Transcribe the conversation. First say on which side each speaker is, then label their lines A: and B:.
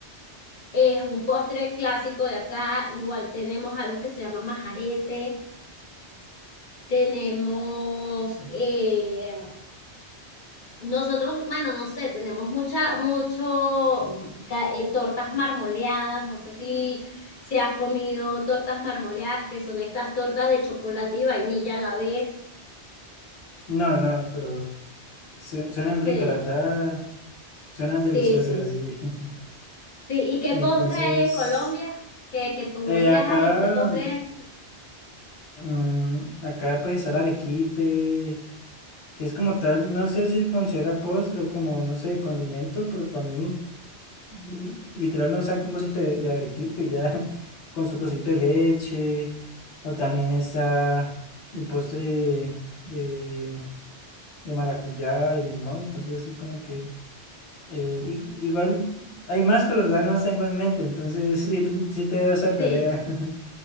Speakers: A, on the left; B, on the left.
A: es un postre clásico de acá. Igual tenemos algo que se llama majarete. Tenemos eh, Nosotros, bueno, no sé, tenemos mucha, mucho, mm, ca- eh, tortas marmoleadas, no sé si, si has comido tortas marmoleadas, que son estas tortas de chocolate y vainilla a la vez.
B: No, no, pero su- suenan ricas,
A: Sí,
B: la verdad, suenan
A: sí,
B: deliciosas,
A: sí.
B: sí. <laughs>
A: Sí, ¿y qué
B: Y
A: postre
B: entonces,
A: hay en Colombia? Que, que tú
B: eh,
A: digas,
B: acá,
A: ay, este postre es,
B: mm, acá pues está el arequipe, que es como tal, no sé si se considera postre o como, no sé, condimento, pero para mí Mm, Literal nos saca un cosito de, de arequipe y ya <laughs> con su cosito de leche. O también está el postre de, de, de maracuyá, de limón. Entonces sí como que eh, i- igual hay más, pero la verdad no los tengo en mente. Entonces <laughs> sí, tú- sí te doy esa tarea.
A: sí.
B: <laughs>